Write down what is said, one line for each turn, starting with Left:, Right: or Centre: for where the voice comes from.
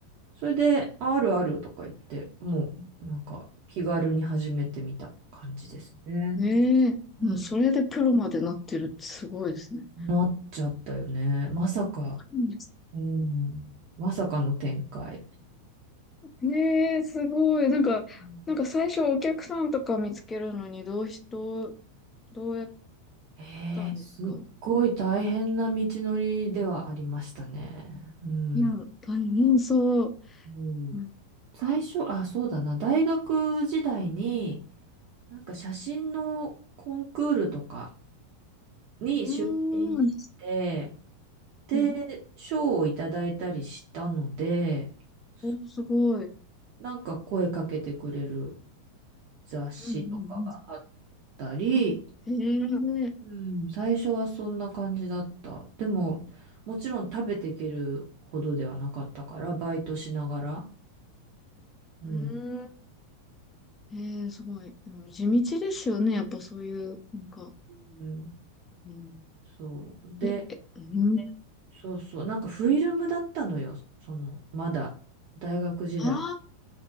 Right: それで、ああるあるとか言って、もうなんか気軽に始めてみた感じですね。
Left: えー、
Right: うん。
Left: もうそれでプロまでなってるってすごいですね。
Right: なっちゃったよね。まさか、
Left: うん
Right: うん。まさかの展開。
Left: ねえ、すごい。なんか、
Right: うん
Left: なんか最初お客さんとか見つけるのにどうし、どう、どうやっ
Right: えー、
Left: たんですか
Right: すっごい大変な道のりではありましたね。うん。
Left: いや、あの、そう。
Right: うん
Left: うん。
Right: 最初、あ、そうだな。大学時代に、なんか写真のコンクールとかに出品して、
Left: うーん。
Right: で、
Left: ね。
Right: 賞をいただいたりしたので、そ
Left: お、すごい。
Right: なんか声かけてくれる雑誌とかがあっ
Left: うんうんう
Right: たり、
Left: ん。あ、へえ。
Right: うん、最初はそんな感じだった。でも、もちろん食べていけるほどではなかったから、バイトしながら。うん。
Left: うん。へえ、すごい。でも地道ですよね。やっぱそういう、なんか。
Right: うん、
Left: うん。
Right: そう。で、
Left: え、え、うん。
Right: そうそう。なんかフィルムだったのよ。その、まだ、大学時代。
Left: あ